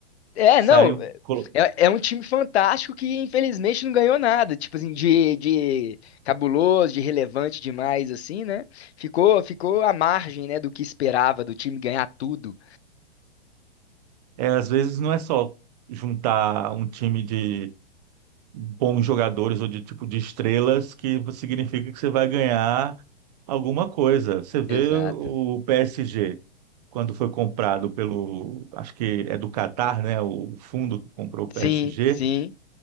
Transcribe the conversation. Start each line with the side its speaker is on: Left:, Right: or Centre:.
Left: é
Right: Saiu.
Left: não,
Right: colo-
Left: é, é um time fantástico que infelizmente não ganhou nada, tipo assim, de, de cabuloso, de relevante demais, assim, né? Ficou, ficou à margem, né, do que esperava, do time ganhar tudo.
Right: É, às vezes não é só juntar um time de bons jogadores ou de tipo de estrelas que significa que você vai ganhar alguma coisa. Você vê
Left: Exato.
Right: o PSG quando foi comprado pelo, acho que é do Catar, né? O fundo que comprou o PSG.
Left: Sim, sim,